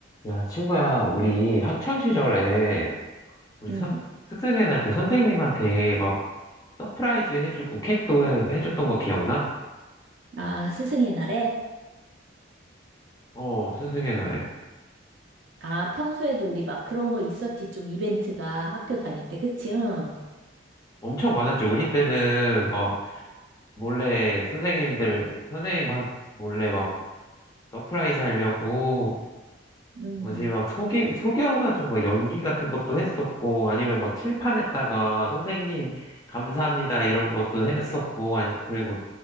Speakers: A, on the left; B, on the right.
A: 야, 친구야, 우리 학창 시절에 우리
B: 음.
A: 선, 학생회 날 때 선생님한테 막 서프라이즈 해주고 케이크도 해- 해줬던 거 기억나?
B: 아, 스승의 날에?
A: 어, 선생회 날에.
B: 아, 평소에도 우리 막 그런 거 있었지. 좀 이벤트가 학교 다닐 때, 그치? 응.
A: 엄청 많았지. 우리 때는 막 몰래 선생님들, 선생님 막 몰래 막 서프라이즈 하려고
B: 음.
A: 뭐지 막 속이 속여가지고 막 연기 같은 것도 했었고 아니면 막 칠판에다가 선생님 감사합니다 이런 것도 했었고 아니 그리고